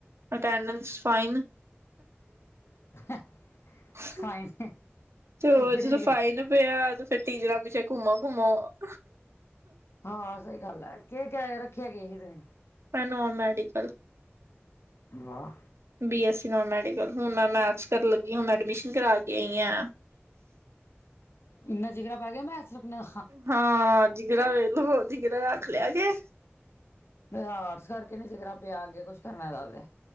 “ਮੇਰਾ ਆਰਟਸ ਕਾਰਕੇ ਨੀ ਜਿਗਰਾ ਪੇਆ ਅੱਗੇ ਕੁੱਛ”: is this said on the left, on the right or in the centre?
Left